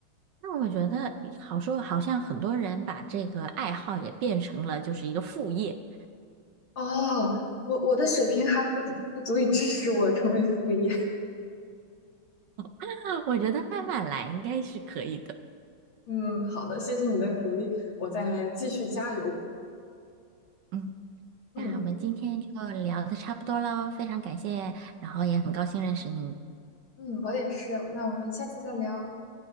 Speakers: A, on the right (about 70°); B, on the left (about 75°).
A: 那我觉得好说，好像很多人把这个爱好也变成了就是一个副业。
B: 哦，我我的水平还不不足以支持我成为副业。
A: <laughs> 我觉得慢慢来应该是可以的。
B: 嗯，好的，谢谢你的鼓励，我再继续加油。
A: 嗯，
B: 嗯
A: 那我们今天就聊的差不多喽，非常感谢，然后也很高兴认识你。
B: 嗯，嗯我也是。那我们下次再聊。